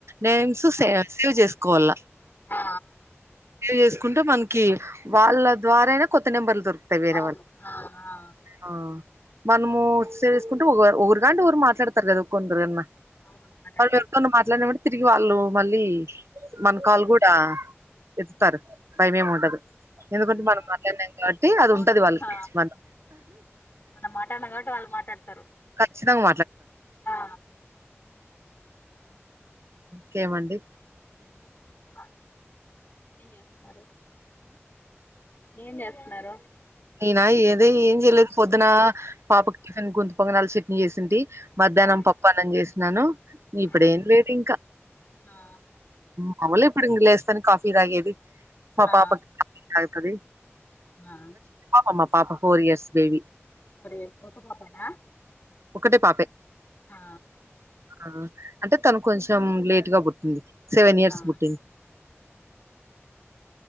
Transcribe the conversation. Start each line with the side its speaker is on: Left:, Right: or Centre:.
Right: నేమ్స్ సేవెన్సే
Left: అవును
Right: చేసుకోవల
Left: ఆ
Right: <inaudible> కుంటే మనకి వాళ్ళ ద్వారానే కొత్త నెంబర్లు దొరుకు టే వేరే
Left: ఆ అవును
Right: వాళ్
Left: ఆ ఆ
Right: ఆ మనము సేవేసుకుంటే ఒక ఒకరుకాంటే ఒకరు మాట్లాడతారు గదా కొందరన్నా
Left: అవును మాట్లాడతారు
Right: మళ ఎరితోన్న మాట్లాడినప్పుడు తిరిగి వాళ్ళు మళ్ళీ మన కాలు
Left: ఆ
Right: గూడా ఎత్తుతారు భయమేముండదు ఎందుకంటే
Left: ఆ
Right: మనం
Left: ఆ
Right: మాట్లాడినాం కాట్టి అది
Left: అవును
Right: ఉంటది వాళ్ళకి
Left: ఆ
Right: మనం
Left: మనం మాట్లాడిన కాబట్టి వాళ్ళు మాట్లాడతారు
Right: ఖచ్చితంగా
Left: ఆ
Right: కేమండి
Left: ఇంకేటో <inaudible> ఏం చేస్తున్నారు ఏం చేస్తున్నారు
Right: అయనా ఏద ఏం చేయలేదు పొద్దున పాపకు టిఫిన్ గుంత పొంగనాలు చట్నీ చేసింటి మధ్యాహ్నం
Left: ఆ
Right: పప్పన్నం చేసినను ఇప్పుడేం
Left: ఆ
Right: లేదు ఇంకా
Left: ఆ
Right: మాములే ఇప్పుడు ఇంక లేస్తాను కాఫీ తాగేది మా
Left: ఆ
Right: పాప <unintelligible> తాగుతది
Left: ఆ
Right: ఆ మా పాప ఫోర్ ఇయర్స్ బేబీ
Left: అరేపనా పోతాడ
Right: ఒకటే పాపే
Left: ఆ
Right: ఆ అంటే తను కొంచెం లేటుగా పుట్టింది సెవెన్ ఇయర్స్
Left: ఆ
Right: కి పుట్టింది